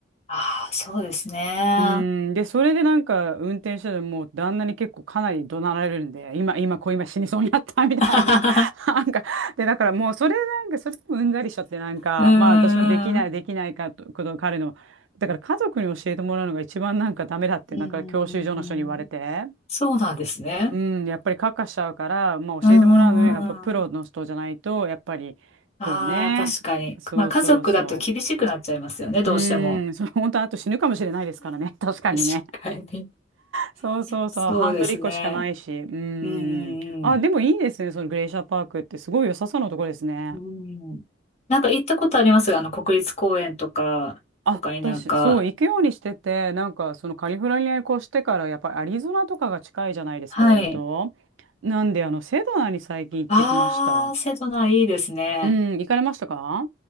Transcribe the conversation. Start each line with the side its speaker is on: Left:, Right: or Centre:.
Left: ああ、そうですね。
Right: うーん、で、それでなんか運転しててもう旦那に結構かなり怒鳴られるんで、今、今、こう今死にそうになった <laughs> みたいな。
Left: <laughs>
Right: <laughs>
Left: う
Right: なんか、で、だからもうそれなんか、それでもうんざりしちゃってなんか、
Left: ん、
Right: まあ私のできない、
Left: う
Right: できないかと、こと彼の、だから家族に教えてもらうのが一番なんかダメだって、なんか教習所の人に言われて、
Left: ん、そうなんですね。
Right: うん、やっぱりカッカしちゃうから、まあ教えてもらうのはやっぱプロの人じゃないと、
Left: うーん、
Right: やっぱり、
Left: ああ、
Right: こうね、
Left: 確かに。
Right: そうそうそう。
Left: まあ、家族だと厳しくなっちゃいますよね、どうしても。
Right: うーん、その本当あと死ぬかもしれないですからね、確かにね。
Left: 確かに。
Right: そうそうそう、
Left: そうですね。
Right: ハンドル1個しかないし。うーん。
Left: うん、う
Right: あ、
Left: ん、うん。
Right: でもいいですね、そのグレイシャーパークって、すごい良さそうなとこですね。
Left: うん。なんか行ったことありますが、あの、国立公園とか、他になんか、
Right: あ、私、そう、行くようにしてて、なんか、そのカリフォルニアに越してから、やっぱりアリゾナとかが近いじゃないですか、
Left: はい。
Right: 割と。なんで、あの、セドナに最近行ってきました。
Left: あー、瀬戸内いいですね。
Right: うん、行かれましたか